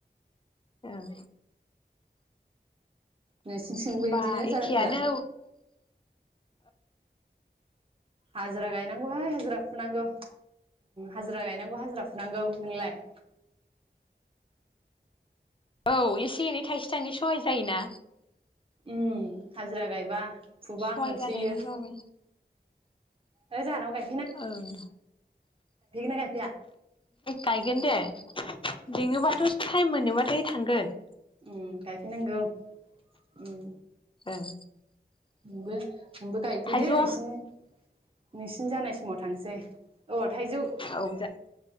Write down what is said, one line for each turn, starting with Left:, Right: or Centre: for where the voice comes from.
Left: ओं
Right: नोंसिंथिंबो
Left: होमबा
Right: बिदिनो
Left: एखेयानो
Right: जादों दा हाजिरा गायनांगौहाय हाजिरा फुनांगौ हाजिरा गायनांगौ हाजिरा फुनांगौ नोंलाय।
Left: औ एसे एनै थाइसे थाइनै सहाय जायोना।
Right: उम हाजिरा गायबा फुबा
Left: सहाय
Right: मोनसोयो।
Left: जानायमोन बाबो
Right: ओ जाहानाव गाय।
Left: ओं
Right: ना गायफैया
Left: गायगोन दे लिङोबाथ टाइम मोनोबाथाय थांगोन।
Right: उ गायफै नांगौ उम।
Left: ओं
Right: नोंबो नोंबो गायफैदो
Left: थाइजौआ
Right: नोंसिनि नोंसिनि जानाय समाव थांसै अ। थाइजौ
Left: औ जा